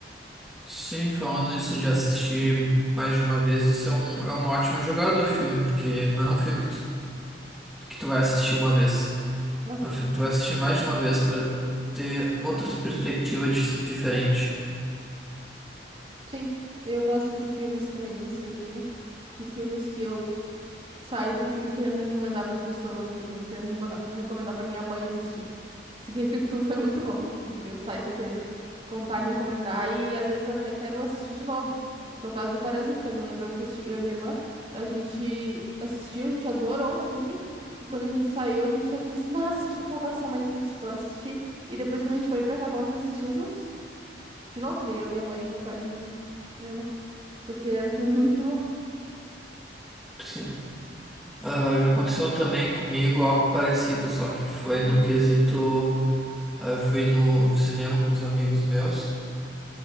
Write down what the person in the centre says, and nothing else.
Sim, falando isso de assistir mais de uma vez, isso é um, é uma ótima jogada do filme, porque não é um filme que tu, que tu vai assistir uma vez.
É um filme que tu vai assistir mais de uma vez para ter outras perspectivas dis- diferentes.
Sim. Ah, já aconteceu também comigo algo parecido, só que foi no quesito. ah, eu fui no cinema com os amigos meus,